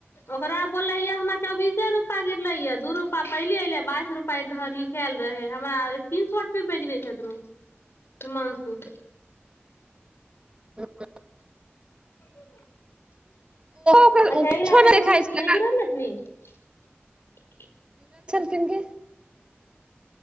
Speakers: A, on the left; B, on the right.
A: ओकरा बोलल हेै हमरा चौबीसे रूपा गिरले ये दू रूपा पहिले एऐले बाइस रूपा इधर लिखायल रहे हमरा तीन सए रुपैएे बेेजने छथिन मानसू
B: हँ
A: <unintelligible>
B: ओकर
A: अच्छा अग
B: कुछो
A: गेल आबर
B: नहि
A: हिमाान
B: देखाइ
A: सुनै
B: छलै
A: ज रहल रहल ने न
B: कन के